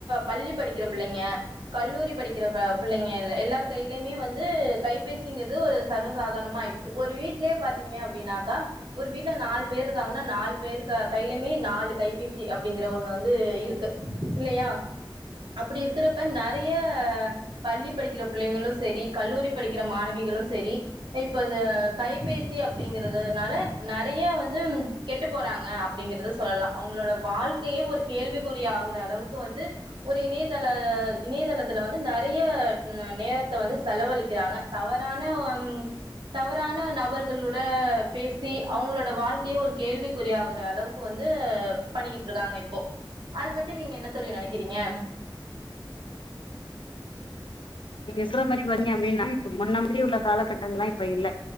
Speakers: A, on the right; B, on the left.
A: பள்ளி படிக்கிற புள்ளைங்க கல்லூரி படிக்கிற பா பிள்ளைங்க எல்லார கைலயுமே வந்து கைபேசிங்குறது ஒரு சர்வசாதாரணமாயிடுச்சு ஒரு வீட்லயே பாத்தீங்க அப்படின்னாக்கா ஒரு வீட்ல நாலு பேரு இருக்காங்கன்னா நாலு பேரு கைலுமே நாலு கைபேசி அப்படிங்கிற ஒண்ணு வந்து இருக்கு இல்லையா அப்டி இருக்கிறப்ப நறையா பள்ளி படிக்கிற பிள்ளைங்களோ சரி கல்லூரி படிக்கிற மாணவிகளும் சரி இப்போது கைபேசி அப்படிங்கறதுனால நறைய வந்து கெட்டு போறாங்க அப்படிங்கறத சொல்லலா அவங்களோட வாழ்க்கையே ஒரு கேள்விக்குற ஆகுற அளவுக்கு வந்து ஒரு இணையதள இணையதளத்துல வந்து நிறைய நேரத்தை வந்து செலவழிக்கிறாங்க தவறான உம் தவறான நபர்களோட பேசி அவுங்களோட வாழ்க்கைய ஒரு கேள்விக்குறி ஆகுற அளவுக்கு வந்து பண்ணிக்கிட்டு இருக்காங்க இப்போ அது பத்தி நீங்க என்ன தோழி நெனைக்கிறீங்க
B: ற மாதிரி பண்ணங்க அப்படின்னா இப்ப முன்னா மாதிரி உள்ள காலகட்டங்லா இப்ப இல்ல